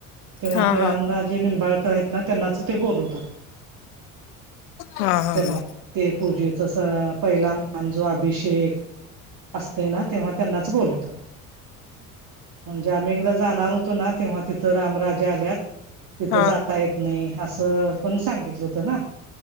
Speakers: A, on the right; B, on the left.
A: तेव्हा
B: हा
A: ते रामराजे
B: हा
A: निंबाळकर आहेत ना त्यांनाच ते बोलवतात.
B: हा हा
A: त्यांना
B: हा
A: ते पूजेचं सगळा पहिला मान जो अभिषेक... असते ना तेव्हा त्यांनाचं बोलवतात.... म्हणजे आम्ही एकदाचं जाणार होतो ना तेव्हा तिथं रामराजे आल्यात, तिथं
B: हा
A: जात ता येत नाही असं पण सांगितलं होत ना